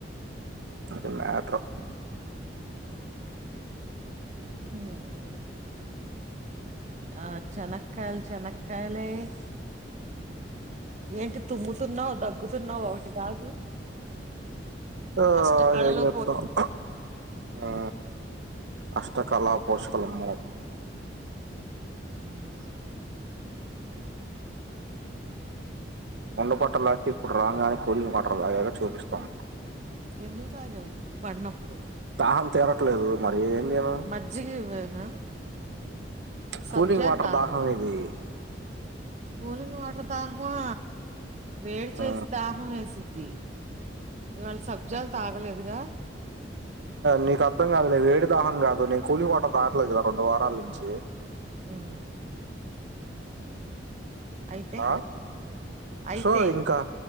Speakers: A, on the right; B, on the right.
A: అది మ్యాటరు
B: హమ్ ఆ చెనకాయల్ చెనకాయలే ఏంటి తుమ్ముతున్నావు దగ్గుతున్నావు ఒకటి కాదు
A: ఆ
B: అష్టకళలో
A: ఎం చెప్తావ్ ఆ అష్టకళ పోషకలమ్ము
B: పోషిస్తున్నావు
A: ఉండ పట్టలాకె ఇప్పుడు రాంగానే కూలింగ్ వాటర్ దాగాగా చూపిస్తం
B: ఎందుకు తాగవు నువ్వు పడ్నప్పుడు
A: దాహం తీరట్లేదు మరి ఎం చేయను
B: మజ్జిగా ఇవ్వన సబ్జాల్
A: కూలింగ్ వాటర్
B: తాగల
A: దాహం ఇది
B: కూలింగ్ వాటర్ దాహమా వేడి చేసి
A: ఆ
B: దాహం వేసింది ది ఇవాళ సబ్జాలు తాగలేదుగా
A: నీకు అర్థం కాదు లే వేడి దాహం కాదు నీ కూలీ వాటర్ దాటట్లేదు కదా రెండు వారాల నుంచి
B: ఉం అయితే
A: ఆ
B: అయితే
A: సో ఇంకా